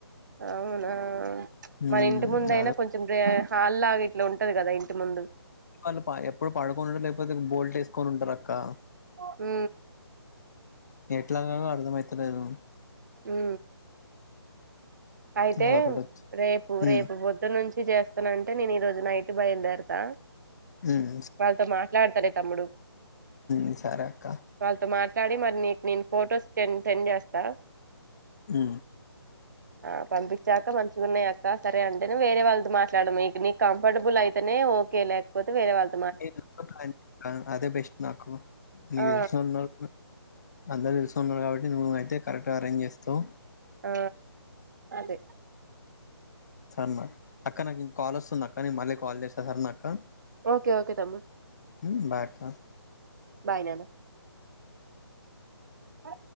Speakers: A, on the right; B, on the left.
A: అవునా
B: హ్మ్
A: మన ఇంటి ముందు అయినా
B: అదే
A: కొంచెం హాల్లాగా ఇట్లా ఉంటది కదా ఇంటి ముందు.
B: అళ్ళు పాయే ఎప్పుడు పడుకోన్ <unintelligible> లేకపోతే బోల్టేసుకొని ఉంటరక్క.
A: ఉ.
B: ఎట్లాగాగొ అర్థమైతాలేను.
A: ఉ. అయితే
B: అదొకటి వచ్చి
A: రేపు
B: హ్మ్
A: రేపు పొద్దున్నుంచ్. ఇజ చేస్తానంటే నేను ఈ రోజు నైటు బయలుదేరతా
B: హ్మ్
A: వాళ్ళతో మాట్. యర్తాడే తమ్ముడు.
B: ఉ సరే అక్క.
A: వాళ్తో మాట్లాడి మరి నీక్ నేను ఫొటోస్ సెండ్ సెండ్ చేస్తా.
B: ఉ.
A: ఆ పంపిచ్చాక మంచిగున్నయక్. క సరే అంటేనే వేరే వాళ్తో మాట్లాడము మీక్ నీక్ కంఫర్టబుల్ అయితేనే ఓకే లేకపోతేే వేరే వాళ్.
B: నీక్ <unintelligible> అయిందక్క అదే బెస్ట్ నాకు నీక్
A: ఆ
B: తెలిసినొళ్. అందరికి తెలిసినొళ్ళు కాబట్టి నువ్వైతే కరెక్ట్గా అరేంజ్ చేస్తావ్.
A: ఆ అదే.
B: సన్న అక్క నాకి కాల్ వస్తుందక్క నేను మళ్ళీ కాల్ చేస్తా సారే నా అక్క.
A: ఓకే ఓకే తమ్ముడ్.
B: ఉ బాయ్ అక్క.
A: బాయ్ నాన్న. ఆ.